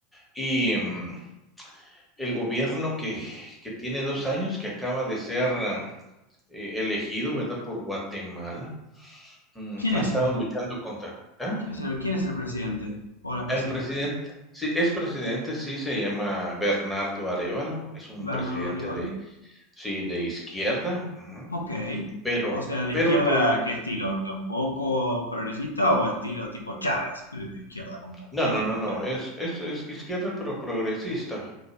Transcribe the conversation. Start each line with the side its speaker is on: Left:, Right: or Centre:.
Centre: Y mm, el gobierno que, que tiene dos años, que acaba de ser ah, eh, elegido, ¿verdad? Por Guatemala, mm,
Left: ¿Quién
Centre: ha
Left: es
Centre: estado
Left: el,
Centre: luchando contra... ¿ah?
Left: quién es el, quién es el presidente o la presidenta?
Centre: El presidente, sí, es presidente, sí, se llama Bernardo Arevalo, es un
Left: ¿Bernardo
Centre: presidente
Left: Arevalo?
Centre: de, sí, de izquierda, ujú,
Left: Ok.
Centre: pero,
Left: O sea, de
Centre: pero
Left: izquierda,
Centre: el problema...
Left: ¿qué estilo? ¿Un poco progresista o estilo tipo Chávez? Pero de izquierda, como,
Centre: No,
Left: ¿qué
Centre: no,
Left: tipo
Centre: no,
Left: de
Centre: no,
Left: izquierda?
Centre: es es es izquierda, pero progresista.